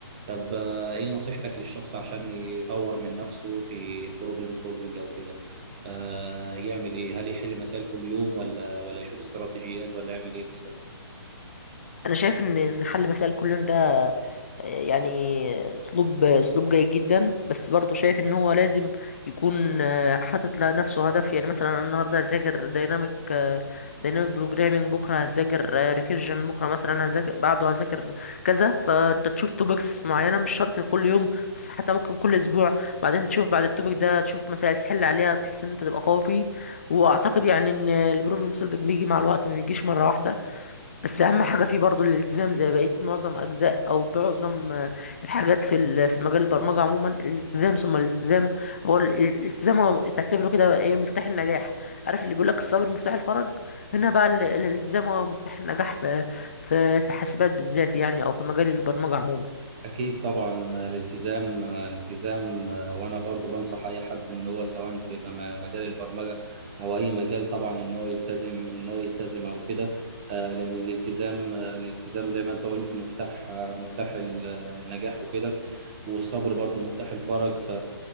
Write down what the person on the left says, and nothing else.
انا شايف ان إن حل مسائل كل يوم ده يعني اسلوب اسلوب جيد جدا بس برضه شايف ان هو لازم يكون آه، حاطط لنفسه هدف يعني مثلا انا النهارده هذاكر دايناميك دايناميك بروجرامينج بكره هذاكر آه، ريكيرجن بكره مثلا هذاكر بعده هذاكر كذا فانت تشوف توبكس معينه مش شرط كل يوم بس حتى ممكن كل اسبوع بعدين تشوف بعد التوبك ده تشوف مسائل تحل عليها بحيث ان انت تبقى قوي فيه واعتقد يعني ان البروبلم سولفنج بيجي مع الوقت ما بيجيش مره واحده بس اهم حاجه فيه برضو الالتزام زي بقيه معظم اجزاء او معظم آه، الحاجات في ال- في مجال البرمجه عموما الالتزام ثم الالتزام هو ال- ال- الالتزام هو تعتبره كده ايه مفتاح النجاح عارف اللي بيقول لك الصبر مفتاح الفرج هنا بقى ال- الالتزام هو مفتاح النجاح في في في حاسبات بالذات يعني او في مجال البرمجه عموما